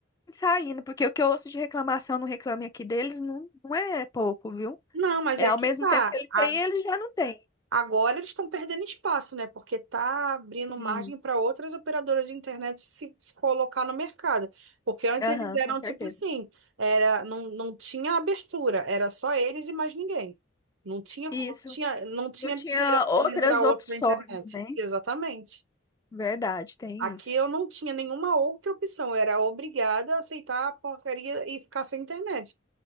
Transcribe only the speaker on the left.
saindo, porque o que eu ouço de reclamação no Reclame Aqui deles não, não é pouco, viu?
É
ao
mesmo
tempo que eles
têm, eles já não têm.
Sim.
Aham,
com certeza.
Isso.
Eu tinha
outras
opções,
né?
Verdade, tem
isso.